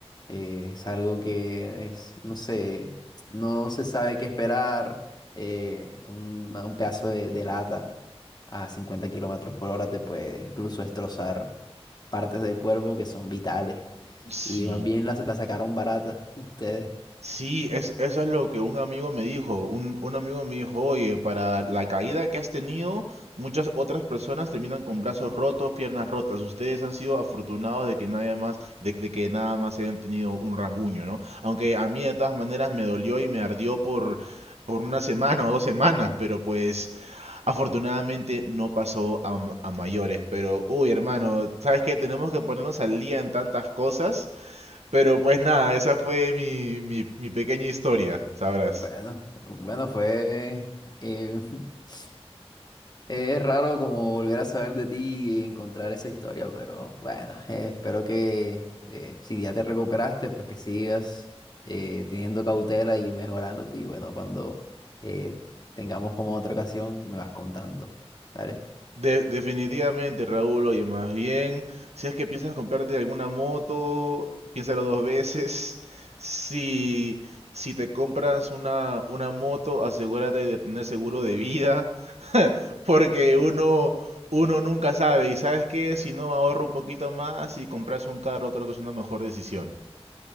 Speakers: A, on the left; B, on the right.
A: Eh, es algo que es, no sé, no se sabe qué esperar. eh, un, un pedazo de, de lata a 50 kilómetros por hora te puede incluso destrozar partes del cuerpo que son vitales.
B: Sí.
A: Y más bien la, la sacaron barata <laughs> ustedes.
B: Sí, es, eso es lo que un amigo me dijo. Un, un amigo me dijo, oye, para la caída que has tenido, muchas otras personas terminan con brazos rotos, piernas rotas. Ustedes han sido afortunados de que nadie más, de, de que nada más hayan tenido un rasguño, ¿no? Aunque a mí de todas maneras me dolió y me ardió por, por una semana o dos semanas, pero pues afortunadamente no pasó a, a mayores. Pero, uy, hermano, ¿sabes qué? Tenemos que ponernos al día en tantas cosas. Pero pues nada, esa fue mi, mi, mi pequeña historia, sabrás.
A: Bueno, bueno, fue... eh, <laughs> es raro como volver a saber de ti y encontrar esa historia, pero bueno, eh, espero que eh, si ya te recuperaste, pues que sigas eh, teniendo cautela y mejorándote. Y bueno, cuando eh, tengamos como otra ocasión, me vas contando. ¿Vale?
B: De- definitivamente, Raúl, oye, más bien, si es que piensas comprarte alguna moto, piénsalo dos veces. <laughs> Si, si te compras una, una moto, asegúrate de tener seguro de vida, <laughs> porque uno, uno nunca sabe. Y sabes que si no ahorra un poquito más y compras un carro, creo que es una mejor decisión.